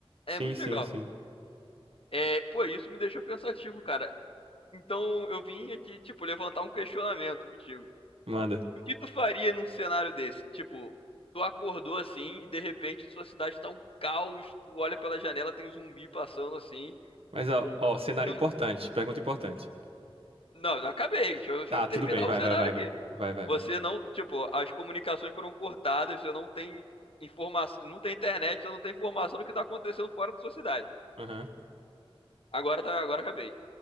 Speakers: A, on the right; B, on the left.
A: Sim,
B: É muito
A: sim,
B: legal.
A: sim.
B: É, pô, isso me deixou pensativo, cara. Então eu vim aqui, tipo, levantar um questionamento contigo.
A: Manda.
B: O que tu faria num cenário desse? Tipo, tu acordou assim e de repente sua cidade tá um caos, tu olha pela janela, tem um zumbi passando assim.
A: Mas ó, ó, cenário
B: Tu...
A: importante,
B: n-
A: pergunta importante.
B: Não, não acabei, deixa eu, deixa
A: Tá,
B: eu terminar
A: tudo bem, vai,
B: o cenário
A: vai, vai,
B: aqui.
A: vai. Vai, vai,
B: Você
A: vai.
B: não, tipo, as comunicações foram cortadas, você não tem informação, não tem internet, você não tem informação do que tá acontecendo fora da sua cidade.
A: Aham.
B: Agora tá, agora acabei.